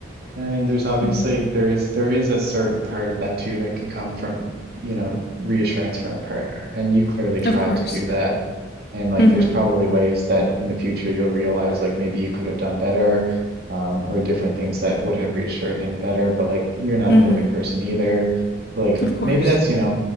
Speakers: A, on the right; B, on the left.
A: And I mean, there's obviously
B: Mm-hmm.
A: there is there is a certain part of that too that can come from, you know, reassurance from a partner. And you clearly tried
B: Of course.
A: to do that. And like
B: mm Mhm.
A: there's probably ways that in the future you'll realize like maybe you could have done better, um, or different things that would have reassured him better, but like you're not
B: mm
A: a perfect
B: Mhm.
A: person either. Like
B: Of course.
A: maybe that's, you know,